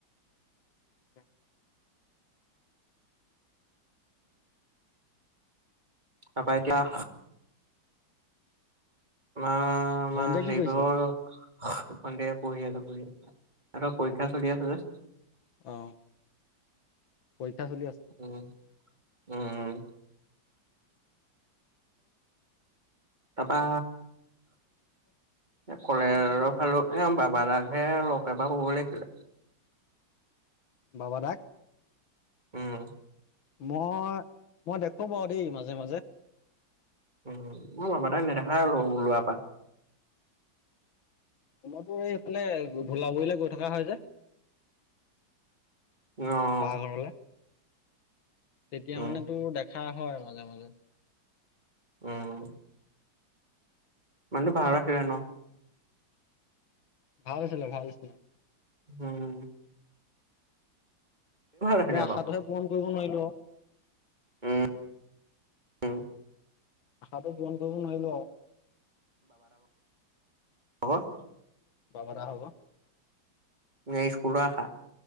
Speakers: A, on the left (about 80°); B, on the right (about 25°).
A: <unintelligible>
B: তাৰপা এতিয়া আমাৰ আমাৰ
A: ভণ্টিয়ে কি কৰিছে?
B: <unintelligible> সন্ধ্যা পঢ়ি আছো। এহতঁৰ পৰীক্ষা চলি আছে যে।
A: অ' পৰীক্ষা চলি আছে।
B: উম উম। তাৰপৰা কলে আৰু লো এ বাবা দাকহে লগ এবাৰ পাব লাগিছিলে।
A: বাবা দাক?
B: উম।
A: মই, মই দেখো বাৰু দেই মাজে মাজে।
B: উ মই বাবা তাই নেদেখা আৰু ওলোৱা পৰা।
A: ম এইফালে ভোলাবৰিলে গৈ থকা হয় যে।
B: অ',
A: বা ঘৰলে, তেতিয়া
B: উম,
A: মানে তোৰ দে হা হয় মাজে মাজে।
B: উম। মানুহটো ভাল আছিলে ন।
A: ভাল আছিলে, ভাল আছিলে।
B: হম আছিলে
A: তাকে আশাটোহে
B: বাৰু।
A: পূৰণ কৰিব নোৱাৰিলো আৰু।
B: উম উম
A: আশাটো পুৰন কৰিব নোৱাৰিলো আৰু।
B: হব।
A: বেয়া কথা হ'ব।
B: এইয়া স্কুলৰ আশা।